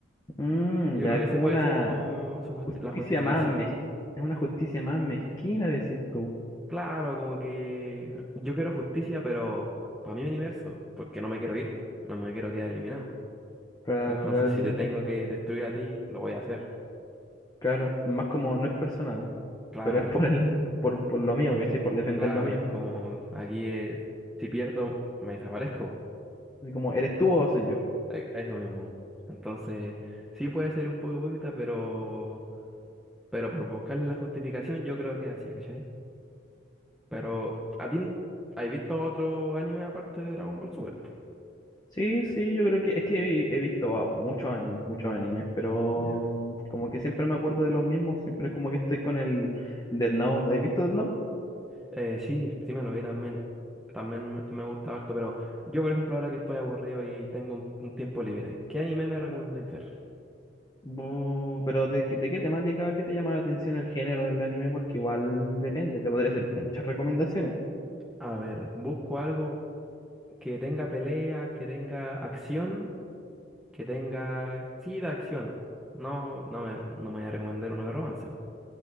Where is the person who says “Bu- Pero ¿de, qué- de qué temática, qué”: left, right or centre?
Left